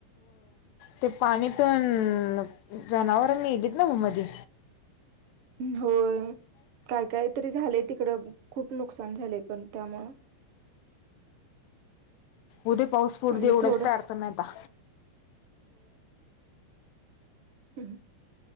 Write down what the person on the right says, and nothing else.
हो काय काय तरी झालंय तिकडं खूप नुकसान झाले पण त्यामुळं
आणि
थोडं
हम्